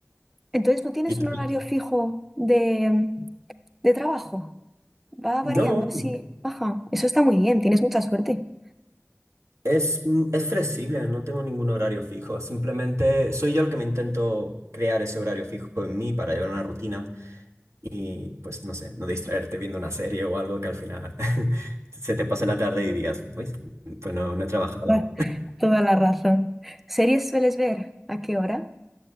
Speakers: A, in the centre; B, on the right.
A: Entonces, ¿no tienes
B: ¿Y tú?
A: un horario
B: qué?
A: fijo de, de trabajo? Va variando
B: No,
A: así. Ajá, eso está muy bien, tienes mucha suerte. <laughs>
B: es, mm, es flexible, no tengo ningún horario fijo, simplemente soy yo el que me intento crear ese horario fijo en mí para llevar una rutina y pues no sé, no distraerte viendo una serie o algo que al final <laughs> se te pase la tarde y digas, pues, pues no, no he trabajado.
A: Ah, Toda la razón. ¿Series sueles ver? ¿A qué hora?